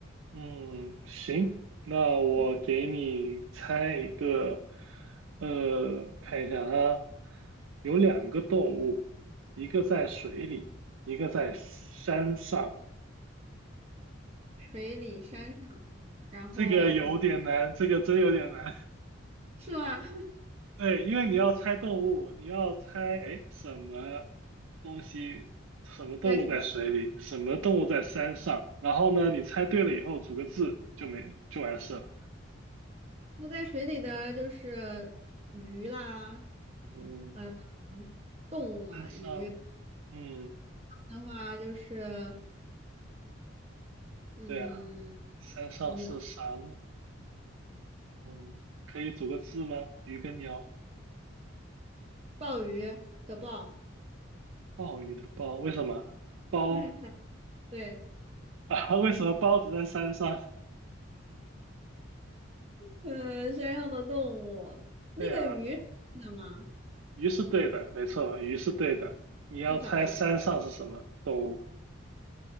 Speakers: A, on the right; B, on the right.
A: 嗯，行，那我给你猜一个，
B: 嗯，
A: 呃，看一下啊，有两个动物，一个在水里，一个在山上。
B: 水里山上，然后
A: 这个有点难，这个真有点难。
B: 是啊，<laughs>
A: 对，因为你要猜动物，你要猜，哎，什么东西，什么动物在水里，
B: 在水
A: 什么动物在山上，然后呢，你猜对了以后组个字就没就完事了
B: 那在水里的就是鱼啦，
A: 嗯，
B: 呃，嗯动物嘛，
A: 山上，
B: 鱼
A: 嗯，
B: 的话就是嗯。
A: 对啊，山上是啥呢？
B: 鸟，
A: 嗯，可以组个字吗？鱼跟鸟，
B: 鲍鱼的鲍，
A: 鲍鱼的鲍，为什么？包
B: <laughs> 对，
A: 啊？<laughs> 为什么包子在山上？
B: 呃，山上的动物，那个鱼的吗？
A: 对啊，鱼是对的，没错，鱼是对的。你要猜山上是什么动物？
B: 找一个